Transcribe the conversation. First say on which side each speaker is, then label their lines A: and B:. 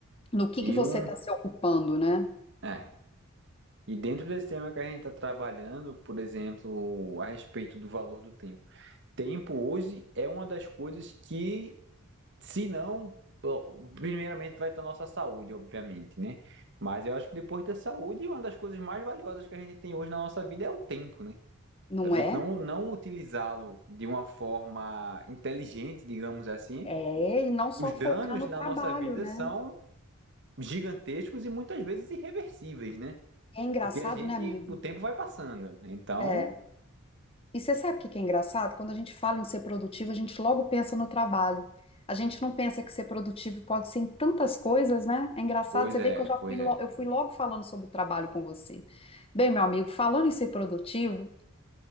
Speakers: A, on the left (about 25°); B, on the right (about 55°).
A: no que
B: E
A: que você
B: um.
A: está se ocupando, né?
B: é. E dentro desse tema que a gente está trabalhando, por exemplo, a respeito do valor do tempo. Tempo hoje é uma das coisas que, se não, primeiramente vai estar nossa saúde, obviamente, né? Mas eu acho que depois da saúde, uma das coisas mais valiosas que a gente tem hoje na nossa vida é o tempo, né?
A: Não
B: A gente
A: é?
B: não, não utilizá-lo de uma forma inteligente, digamos assim,
A: É, e não só
B: os danos
A: focar no
B: na
A: trabalho,
B: nossa vida
A: né?
B: são gigantescos e muitas vezes irreversíveis, né?
A: É engraçado,
B: Porque a gente,
A: né, amigo?
B: o tempo vai passando. Então,
A: É. E você sabe o que que é engraçado? Quando a gente fala em ser produtivo, a gente logo pensa no trabalho. A gente não pensa que ser produtivo pode ser em tantas coisas, né? É engraçado,
B: pois
A: você
B: é,
A: vê que eu já
B: pois
A: fui, lo-
B: é.
A: eu fui logo falando sobre o trabalho com você. Bem, meu amigo, falando em ser produtivo,